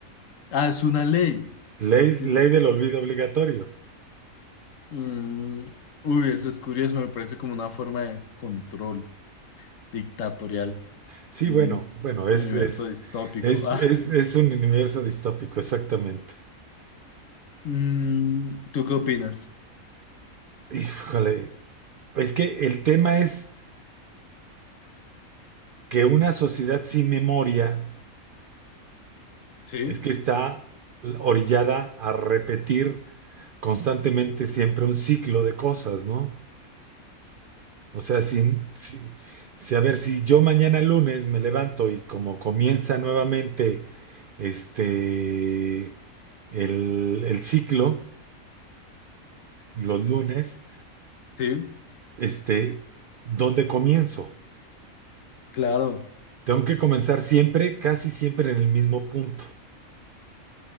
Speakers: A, on the left (about 70°); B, on the right (about 70°).
A: ah, es una ley.
B: ley,
A: Ok.
B: ley del olvido obligatorio.
A: Mm, uy, eso es curioso, me parece como una forma de control dictatorial
B: Sí,
A: en
B: bueno,
A: un
B: bueno,
A: universo
B: es, es,
A: distópico.
B: es,
A: <laughs> Ah,
B: es, es un universo distópico, exactamente.
A: mm, ¿tú qué opinas?
B: Híjole, es que el tema es que una sociedad sin memoria
A: Sí,
B: es que está orillada a repetir constantemente siempre un ciclo de cosas, ¿no? O sea, sin, si, si- a ver, si yo mañana lunes me levanto y como comienza nuevamente este, el, el ciclo, los lunes.
A: Sí,
B: este, ¿dónde comienzo?
A: claro.
B: Tengo que comenzar siempre, casi siempre en el mismo punto,